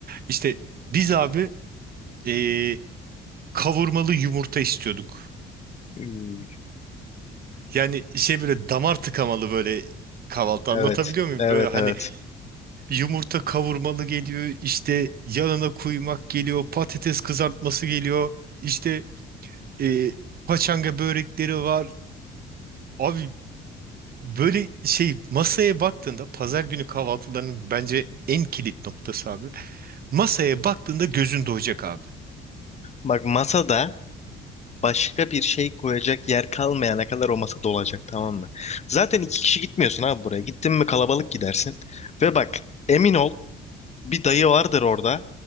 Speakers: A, on the right; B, on the left.
A: İşte biz abi eee, kavurmalı yumurta istiyorduk.
B: Uy.
A: Yani şey böyle damar tıkamalı böyle kahvaltı
B: Evet,
A: anlatabiliyor muyum?
B: evet,
A: Böyle hani
B: evet.
A: Evet. yumurta kavurmalı geliyor işte yanına kuymak geliyor patates kızartması geliyor işte eee paçanga börekleri var. Abi böyle şey masaya baktığında pazar günü kahvaltılarının bence en kilit noktası abi. Masaya baktığında gözün doyacak abi.
B: Bak masada başka bir şey koyacak yer kalmayana kadar o masa dolacak tamam mı? Zaten iki kişi gitmiyorsun abi buraya. Gittin mi kalabalık gidersin. Ve bak emin ol bir dayı vardır orada.